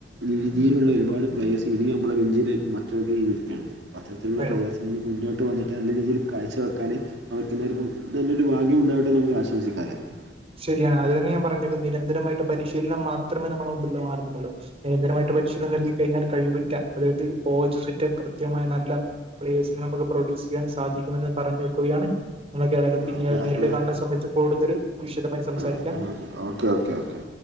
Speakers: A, on the right; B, on the right.
A: രീതിയിലുള്ള ഒരുപാട് പ്ലെയേഴസ് ഇനി നമ്മുടെ വെഞ്ചിന്. രിക്കാണ് അപ്പൊ അത്തരത്തിൽള.
B: വേണം.
A: ഇനി മുന്നോട്ട് വന്നിട്ട് നല്ല രീതിയിൽ കാഴ്ചവെക്കൻ നമക്കെലാവർക്കും നല്ലൊരു ഭാഗ്യ ഉണ്ടവട്ടെന്ന് നമുക്ക് ആശം. <unintelligible>
B: ശരിയാണ് അത് തന്നെ ഞാൻ പറഞ്ഞേ നിരന്തരമായിട്ട് പരിശീലനം മാത്രമേ നമ്മുടെ മുമ്പുള്ള മാർഗമുള്ളൂ. നിരന്തരമായിട്ട് പരിശീലനം നൽകികഴിഞ്ഞാൽ കഴിവറ്റ അതായത് പോജസിറ്റ കൃത്യമായ നല്ല. പ്ലേഴ്സിന് നമുക്ക് പ്രൊഡ്യൂസ് ചെയ്യാൻ സാധിക്കുമെന്ന് പറഞ്ഞു വെക്കുകയാണ്. ഇങ്ങനൊക്കെ അയാലും പിന്നീട്
A: അപ്പോൾ
B: നേരിട്ട്
A: അപ്പോൾ
B: കാണുന്ന സമയത്ത് കൂടുതൽ വിശദമായിട്ട് സംസാരിക്കാം.
A: ആ Okay okay okay.